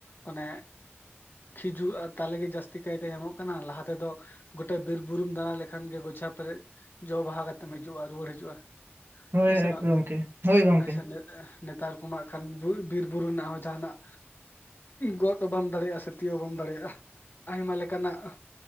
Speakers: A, on the left; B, on the right.
A: ᱟᱱᱮ, ᱠᱷᱤᱡᱩ ᱟᱨ ᱛᱟᱞᱮ ᱜᱮ ᱡᱟᱹᱥᱛᱤ ᱠᱟᱭᱛᱮ ᱧᱟᱢᱚᱜ ᱠᱟᱱᱟ᱾ ᱞᱟᱦᱟ ᱛᱮᱫᱚ, ᱜᱚᱴᱟ ᱵᱤᱨ ᱵᱩᱨᱩᱢ ᱫᱟᱬᱟᱸ ᱞᱮᱠᱷᱟᱱ ᱜᱮ ᱜᱚᱪᱷᱟ ᱯᱮᱨᱮᱡ ᱡᱚ ᱵᱟᱦᱟ ᱠᱟᱛᱮᱢ ᱦᱤᱡᱩᱜᱼᱟ ᱨᱩᱣᱟᱹᱲ ᱦᱤᱡᱩᱜᱼᱟ᱾
B: ᱦᱳᱭ
A: ᱦᱮᱸ
B: ᱮᱜᱫᱚᱢᱛᱮ
A: ᱥᱮ ᱵᱟᱝ
B: ᱦᱳᱭ ᱜᱚᱝᱠᱮ᱾
A: ᱟᱪᱪᱷᱟ ᱱᱮᱛᱟᱨ ᱠᱚ ᱢᱟᱜ ᱠᱷᱟᱱ ᱵᱤᱨᱵᱩᱨᱩ ᱨᱮᱱᱟᱜ ᱦᱚᱸ ᱡᱟᱦᱟᱱᱟᱜ, ᱜᱚᱫ ᱦᱚᱸ ᱵᱟᱢ ᱫᱟᱲᱮᱭᱟᱜᱼᱟ, ᱥᱮ ᱛᱤᱭᱳᱜ ᱦᱚᱸ ᱵᱟᱢ ᱫᱟᱲᱮᱭᱟᱜᱼᱟ᱾ ᱟᱭᱢᱟ ᱞᱮᱠᱟᱱᱟᱜ